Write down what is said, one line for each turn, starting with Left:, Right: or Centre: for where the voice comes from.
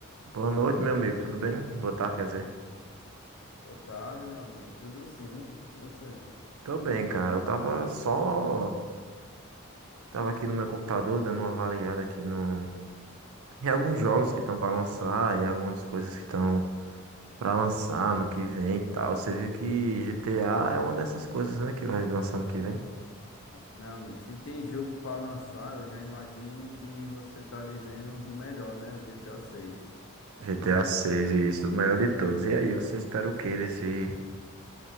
Right: Boa noite, meu amigo. Tudo bem? Boa tarde, quer dizer.
Left: Boa tarde, meu amigo. Tudo sim. E você?
Right: Tô bem, cara. Eu tava só. Tava aqui no meu computador dando uma avaliada aqui no. Em alguns jogos que estão pra lançar, em algumas coisas que estão pra lançar no que vem e tal. Você viu que GTA é uma dessas coisas, né? Que vai lançar no que vem.
Left: Meu amigo, se tem jogo pra lançar, eu já imagino que você tá dizendo do melhor, né? O GTA 6.
Right: GTA 6, isso, o melhor de todos. E aí, você espera o que desse,